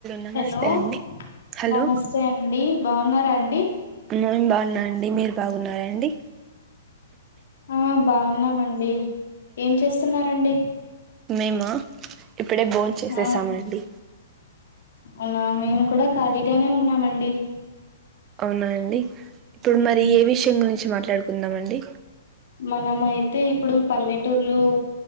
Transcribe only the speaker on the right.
నమస్తే
అండి హలో
మేము బాగున్నాం అండి మీరు బాగున్నారా అండి
మేమ ఇప్పుడే బోన్ చేసేసామండి
అవునా అండి ఇప్పుడు
మరి ఏ విషయం గురించి మాట్లాడుకుందాం అండి